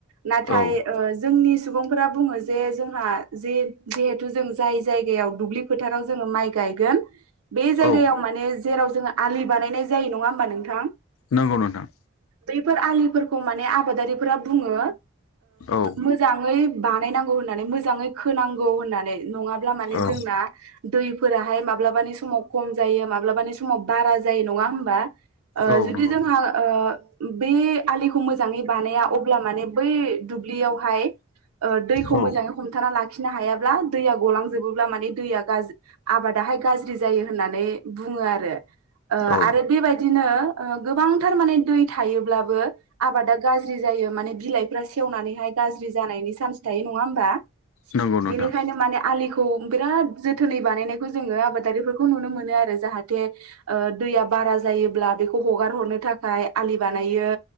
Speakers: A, on the right; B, on the left.
A: नाथाय
B: औ
A: जोंनि सुबुंफोरा बुङो जे जोंहा जे जिहेथु जों जाय जायगायाव दुब्लि फोथाराव जोङो माइ गायो बे जायगायाव
B: औ
A: माने जेराव जोङो आलि बानायनाय जायो नङा हबा नोंथां?
B: नंगौ नोंथां
A: बैफोर आलिफोरखौ माने आबादारिफोरा बुङो
B: औ
A: मोजाङै बानायनांगौ होननानै मोजाङै खोनांगौ होननानै नङाब्ला माने
B: औ
A: जोंना दैफोराहाय माब्लाबानि समाव खम जायो माब्लाबानि समाव बारा जायो नङा हबा?? ओ
B: औ
A: जुदि
B: नंगौ
A: जोंहा ओ बे आलिखौ मोजाङै बानाया अब्ला माने बै दुब्लियावहाय ओ दैखौ
B: औ
A: मोजाङै हमथाना लाखिनो हायाब्ला दैया गलांजोबो माने दैआ आबादाहाय गाज्रि जायो होननानै बुङो आरो। ओ
B: औ
A: आरो बेबायदिनो ओ गोबां थारमाने दै थायोब्लाबो आबादा गाज्रि जायो माने बिलाइफ्रा सेवना नैहाय गाज्रि जानायनि सान्च थायो नङा होमबा?
B: नंगौ नोंथां
A: बेनिखायनो माने आलिखौ बिराद जोथोनै बानायनायखौ जोङो आबादारिफोरखौ नुनो मोनो आरो जाहाथे ओ दैया बारा जायोब्ला बेखौ हगार हरनो था थाखाय आलि बानायो